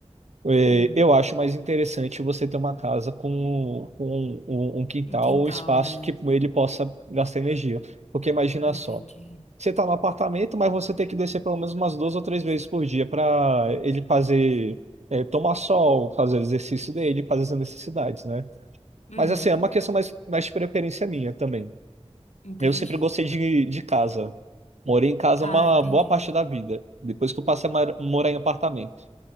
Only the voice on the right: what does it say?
É,
Eu acho mais interessante você ter uma casa com, com um, um um quintal
ou espaço
que ele possa gastar energia. Porque imagina
só, você está no apartamento, mas você tem que descer pelo menos umas duas ou três vezes por dia para ele fazer, é, tomar sol, fazer o exercício dele, fazer as necessidades, né?
Mas assim, é uma questão mais, mais de preferência minha também.
Eu sempre gostei de, de casa. Morei em casa
uma
boa parte da vida, depois que eu passei a mar- morar em apartamento.